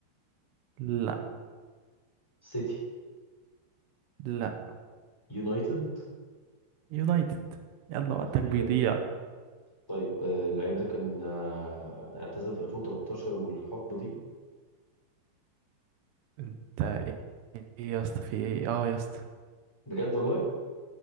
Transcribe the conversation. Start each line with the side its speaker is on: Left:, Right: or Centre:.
Right: لا
Centre: سيتي
Right: لا
Centre: يونايتد
Right: يونايتد يلا وقتك
Centre: أخيرا
Right: بيضيع
Centre: طيب آه اللعيب ده كان آه اعتزل في 2013 والحقبة دي
Right: انت ايه ايه يا اسطى في ايه اه يا اسطى
Centre: بجد والله